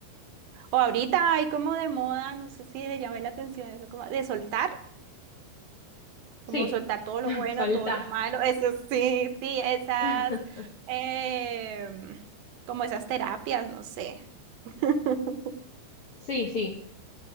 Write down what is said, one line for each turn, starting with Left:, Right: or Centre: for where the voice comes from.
Right: O ahorita hay como de moda, no sé si le llamé la atención, eso como de soltar,
Left: Sí,
Right: como soltar todo lo
Left: <laughs>
Right: bueno, todo
Left: soltá.
Right: lo malo, eso sí, sí, esas,
Left: <laughs>
Right: em, como esas terapias, no sé, <laughs>
Left: Sí, sí.